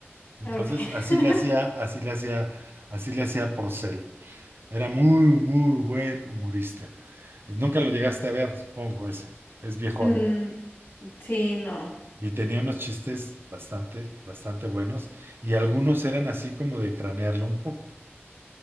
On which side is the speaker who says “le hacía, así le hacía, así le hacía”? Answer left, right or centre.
Right